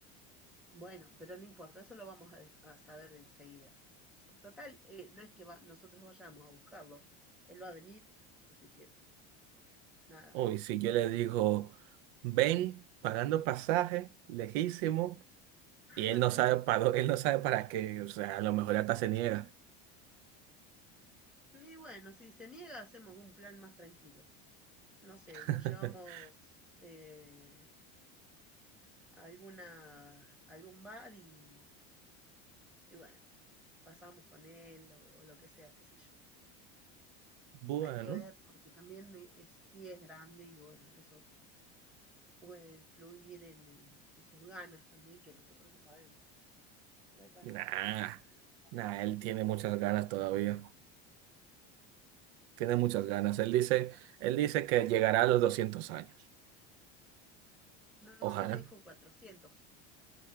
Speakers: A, in the centre; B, on the right (about 70°).
A: Bueno, pero no importa, eso lo vamos a, de- a saber enseguida. Total, eh, no es que va- nosotros vayamos a buscarlo, él va a venir, así que nada,
B: Uy, si yo
A: tranqui.
B: le digo, ven pagando pasaje, lejísimo,
A: <laughs>
B: y él no sabe para, dó- él no sabe para qué, o sea, a lo mejor hasta se niega.
A: Y bueno, si se niega, hacemos un plan más tranquilo. No sé, lo
B: <laughs>
A: llevamos eh, a alguna, a algún bar y, y bueno, pasamos con él o, o lo que sea, qué sé yo.
B: Bueno,
A: Hay que ver, porque también eh, es- sí es grande y bueno, eso puede influir en, en- en sus ganas también, que nosotros no sabemos. Por ahí para
B: nah,
A: nosotros sí es
B: nah,
A: hermoso,
B: él
A: pero
B: tiene
A: para
B: muchas
A: él
B: ganas
A: no, ¿viste?
B: todavía. Tiene muchas
A: qué sé
B: ganas.
A: yo.
B: Él dice, él dice que llegará a los 200 años.
A: No,
B: Ojalá.
A: a mí me dijo cuatrocientos